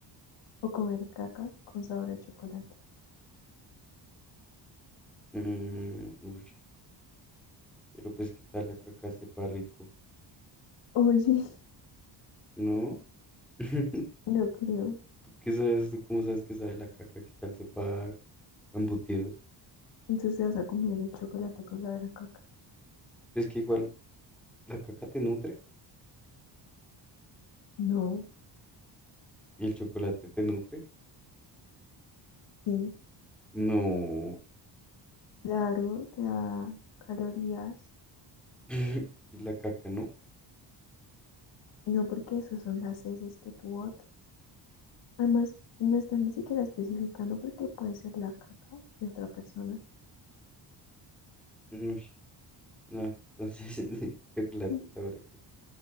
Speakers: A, on the left (about 85°); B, in the centre.
A: o comer caca con sabor a chocolate?
B: mm, ush, pero pues qué tal la caca sepa rico,
A: Oye, <laughs>
B: ¿no? <laughs>
A: no creo.
B: ¿Tú qué sabes? ¿Tú cómo sabes que sabe la caca? ¿Qué tal sepa a embutidos?
A: Entonces, ¿te vas a comer el chocolate con sabor a caca?
B: Pues que igual la caca te nutre
A: No,
B: y el chocolate te nutre.
A: sí,
B: No.
A: claro, te da calorías.
B: <laughs> Y la caca, ¿no?
A: No, porque eso son las heces que tu botas. Además, no están ni siquiera especificando porque puede ser la caca de otra persona.
B: Ush, no, entonces <laughs> sí, chocolate
A: Mm.
B: sabe a caca.